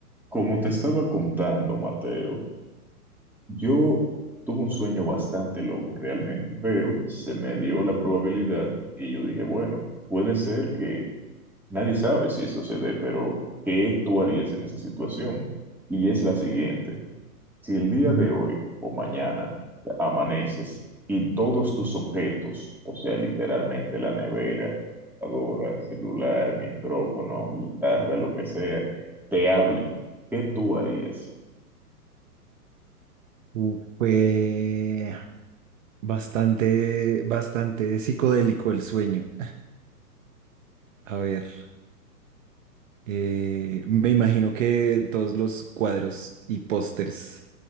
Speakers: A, in the centre; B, on the right (about 50°).
A: Como te estaba contando, Mateo, yo tuve un sueño bastante loco realmente, pero se me dio la probabilidad y yo dije, bueno, puede ser que nadie sabe si esto se dé, pero ¿qué tú harías en esa situación? Y es la siguiente, si el día
B: Ujú.
A: de hoy o mañana amaneces y todos tus objetos, o sea, literalmente la nevera, computadora, celular, micrófono, guitarra, lo que sea, te hablen, ¿qué tú harías?
B: Uh, Fue bastante, bastante psicodélico el sueño. <laughs> A ver, eh, me imagino que todos los cuadros y pósters